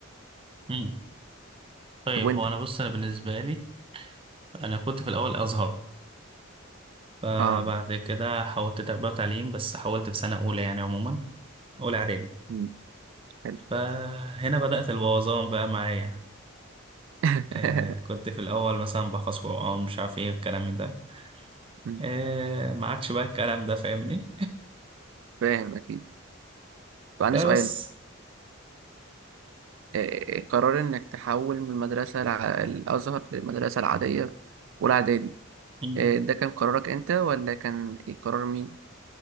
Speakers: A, on the right; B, on the right.
A: مم. طيب
B: طب وأنت؟
A: هو انا بص انا بالنسبه لي انا كنت في الاول ازهر فبعد
B: آه
A: كده حولت تربيه وتعليم بس حولت في سنه اولى يعني عموما اولى اعدادي
B: مم، حلو
A: فهنا بدات البوظان بقى معايا
B: <laughs>
A: آه كنت في الاول مثلا بحفظ قران مش عارف ايه الكلام من ده
B: مم،
A: آه ما عادش بقى الكلام ده فاهمني
B: فاهم أكيد طب عندي
A: فبس
B: سؤال آه، قرار إنك تحول من المدرسة الع- الأزهر للمدرسة العادية والإعدادي
A: مم.
B: آه، ده كان قرارك أنت ولا كان قرار مين؟